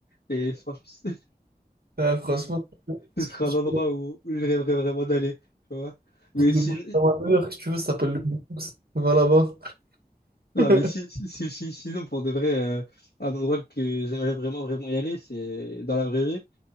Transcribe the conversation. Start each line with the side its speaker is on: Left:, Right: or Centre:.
Left: Et franchement, <laughs> ce
Right: Ouais, franchement, <laughs> je
Left: ce serait
Right: je
Left: un endroit
Right: fais un
Left: où, où je rêverais vraiment d'aller. Tu vois? Mais
Right: truc de
Left: si,
Right: Guantanamo, si tu veux, ça s'appelle le Bronx. Va là-bas.
Left: non,
Right: <laughs>
Left: mais si, si, si- si- sinon, pour de vrai, euh, un endroit que j'aimerais vraiment, vraiment y aller, c'est dans la vraie vie.